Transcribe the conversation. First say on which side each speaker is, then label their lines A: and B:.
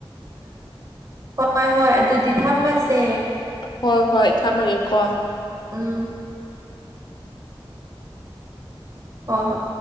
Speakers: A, on the right (about 40°); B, on the left (about 50°).
A: ꯍꯣꯏ ꯍꯣꯏ ꯑꯗꯨꯗꯤ ꯊꯝꯃꯁꯦ
B: ꯍꯣꯏ ꯍꯣꯏ ꯊꯝꯃꯒꯦꯀꯣ
A: ꯎꯝ ꯍꯣ ꯍꯣꯏ